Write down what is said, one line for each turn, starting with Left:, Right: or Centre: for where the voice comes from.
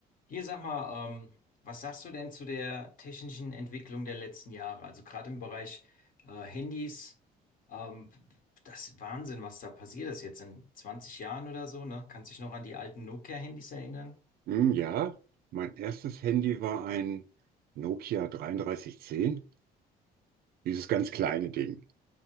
Left: Hier sag mal, ähm, was sagst du denn zu der technischen Entwicklung der letzten Jahre? Also gerade im Bereich äh, Handys, ähm, das ist Wahnsinn, was da passiert ist jetzt in 20 Jahren oder so, ne? Kannst dich noch an die alten Nokia-Handys erinnern?
Right: Hm, ja, mein erstes Handy war ein Nokia 3310, dieses ganz kleine Ding,